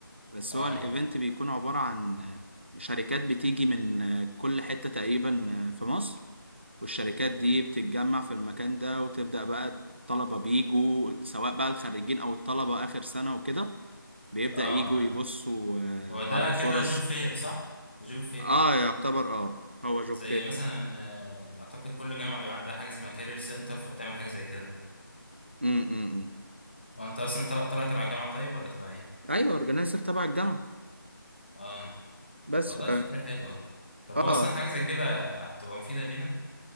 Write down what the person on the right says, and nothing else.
بس
هو الايفنت بيكون عبارة عن شركات بتيجي من كل حتة تقريبا في مصر والشركات دي بتتجمع في المكان ده وتبدأ بقى الطلبة بيجوا سواء بقى الخريجين او الطلبة اخر سنة وكده بيبدأ
يجوا
يبصوا آه،
على الفرص
اه يعتبر اه هو جوب
فير
فعلا
امم
ايوه اورجنايزر تبع الجامعة
بس
ف...
اه